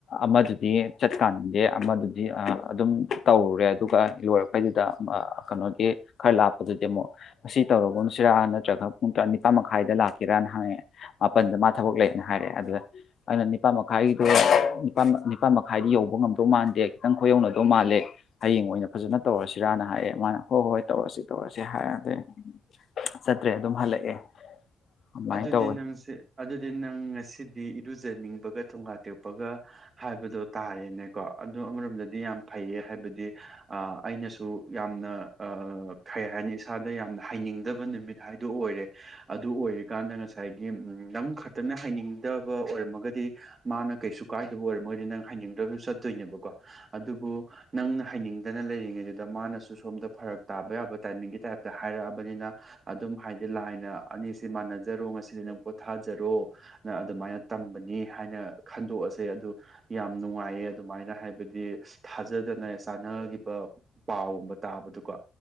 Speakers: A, on the left; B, on the right.
A: ꯑꯃꯗꯨꯗꯤ ꯆꯠꯀꯥꯟꯗꯦ ꯑꯃꯗꯨꯗꯤ ꯑꯗꯨꯝ ꯇꯧꯔꯨꯔꯦ ꯑꯗꯨꯒ ꯂꯣꯏꯔ ꯄꯩꯗꯨꯗ ꯃ ꯀꯩꯅꯣꯒꯤ ꯈꯔ ꯂꯥꯞꯄꯗꯨꯗꯤ ꯑꯃꯨꯛ ꯉꯁꯤ ꯇꯧꯔꯒꯨꯝꯁꯤꯔꯥ ꯅꯠꯇ꯭ꯔꯒ ꯄꯨꯡ ꯇꯥ ꯅꯤꯄꯥꯟ ꯃꯈꯥꯏꯗ ꯂꯥꯛꯀꯦꯔꯅ ꯍꯥꯏꯌꯦ ꯃꯥꯄꯟꯗ ꯃꯥ ꯊꯕꯛ ꯂꯩꯌꯦꯅ ꯍꯥꯏꯔꯛꯑꯦ ꯑꯗꯨ ꯑꯩꯅ ꯅꯤꯄꯥꯟ ꯃꯈꯥꯏꯒꯤꯗꯣ ꯅꯤꯄꯥꯟ ꯅꯤꯄꯥꯟ ꯃꯈꯥꯏꯗꯤ ꯌꯧꯕ ꯉꯝꯗꯧ ꯃꯥꯟꯗꯦ ꯈꯤꯇꯪ ꯈꯣꯏꯌꯧꯅꯗꯧ ꯃꯥꯜꯂꯦ ꯍꯌꯦꯡ ꯑꯣꯏꯅ ꯐꯖꯅ ꯇꯧꯔꯁꯤꯔꯥꯅ ꯍꯥꯏꯌꯦ ꯃꯥꯅ ꯍꯣꯏ ꯍꯣꯏ ꯇꯧꯔꯁꯤ ꯇꯧꯔꯁꯤ ꯍꯥꯏ ꯑꯗꯩ ꯆꯠꯇ꯭ꯔꯦ ꯑꯗꯨꯝ ꯍꯜꯂꯛꯑꯦ ꯑꯗꯨꯃꯥꯏꯅ
B: ꯑꯗꯨꯗꯤ
A: ꯇꯧꯕꯅꯤ
B: ꯅꯪꯁꯦ ꯑꯗꯨꯗꯤ ꯅꯪ ꯉꯁꯤꯗꯤ ꯏꯔꯨꯖꯅꯤꯡꯕꯒ ꯊꯣꯡꯒꯥ ꯇꯦꯛꯄꯒ ꯍꯥꯏꯕꯗꯣ ꯇꯥꯔꯦꯅꯦꯀꯣ ꯑꯗꯨ ꯑꯃꯔꯣꯝꯗꯗꯤ ꯌꯥꯝ ꯐꯩꯌꯦ ꯍꯥꯏꯕꯗꯤ ꯑ ꯑꯩꯅꯁꯨ ꯌꯥꯝꯅ ꯑ ꯀꯩ ꯍꯥꯏꯅꯤ ꯏꯁꯥꯗ ꯌꯥꯝꯅ ꯍꯩꯅꯤꯡꯗꯕ ꯅꯨꯃꯤꯠ ꯍꯥꯏꯗꯨ ꯑꯣꯏꯔꯦ ꯑꯗꯨ ꯑꯣꯏꯔꯤꯀꯥꯟꯗ ꯉꯁꯥꯏꯒꯤ ꯅꯪ ꯈꯇꯅ ꯍꯩꯅꯤꯡꯗꯕ ꯑꯣꯏꯔꯝꯃꯒꯗꯤ ꯃꯥꯅ ꯀꯩꯁꯨ ꯀꯥꯏꯗꯕ ꯑꯣꯏꯔꯝꯃꯒꯗꯤ ꯅꯪ ꯍꯩꯅꯤꯡꯗ꯭ꯔꯒꯁꯨ ꯆꯠꯇꯣꯏꯅꯦꯕꯀꯣ ꯑꯗꯨꯕꯨ ꯅꯪꯅ ꯍꯩꯅꯤꯡꯗꯅ ꯂꯩꯔꯤꯉꯩꯗꯨꯗ ꯃꯥꯅꯁꯨ ꯁꯣꯝꯗ ꯐꯔꯛ ꯇꯥꯕ ꯌꯥꯕ ꯇꯥꯏꯃꯤꯡꯒꯤ ꯇꯥꯏꯞꯇ ꯍꯥꯏꯔꯛꯑꯕꯅꯤꯅ ꯑꯗꯨꯝ ꯍꯥꯏꯗꯤ ꯂꯥꯏꯅ ꯑꯅꯤꯁꯤ ꯃꯥꯟꯅꯖꯔꯣ ꯉꯁꯤꯗꯤ ꯅꯪ ꯄꯣꯊꯥꯖꯔꯣ ꯅ ꯑꯗꯨꯃꯥꯏꯅ ꯇꯝꯕꯅꯤ ꯍꯥꯏꯅ ꯈꯟꯗꯣꯛꯑꯁꯦ ꯑꯗꯨ ꯌꯥꯝ ꯅꯨꯡꯉꯥꯏꯌꯦ ꯑꯗꯨꯃꯥꯏꯅ ꯍꯥꯏꯕꯗꯤ ꯊꯥꯖꯗꯅ ꯆꯥꯟꯅꯈꯤꯕ ꯄꯥꯎꯒꯨꯝꯕ ꯇꯥꯕꯗꯨ ꯀꯣ